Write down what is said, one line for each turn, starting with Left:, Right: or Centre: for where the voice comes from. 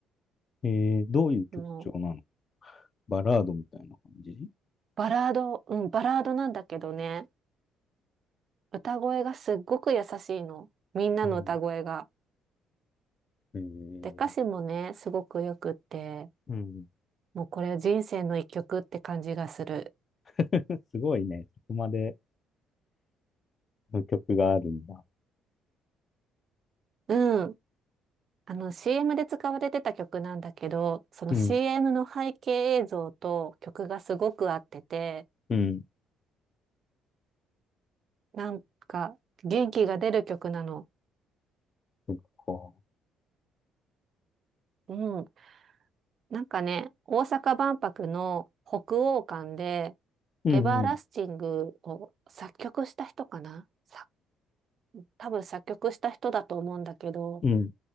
Left: えー、どういう曲調なの
Right: もう
Left: バラードみたいな感じ
Right: バラード、うん、バラードなんだけどね、歌声がすっごく優しいの。みんなの歌声が。
Left: うん。えー、
Right: で、歌詞もね、すごくよくって、
Left: うん。
Right: もうこれ人生の一曲って感じがする。
Left: <laughs> すごいね。そこまでの曲があるんだ。
Right: うん。あの CM で使われてた曲なんだけど、その
Left: うん。
Right: CM の背景映像と曲がすごく合ってて、
Left: うん。
Right: なんか元気が出る曲なの。
Left: そっか。
Right: うんなんかね、大阪万博の北欧館で、
Left: うん。
Right: エバーラスティングを作曲した人かなさ
Left: うん。
Right: 多分作曲した人だと思うんだけど、
Left: うん。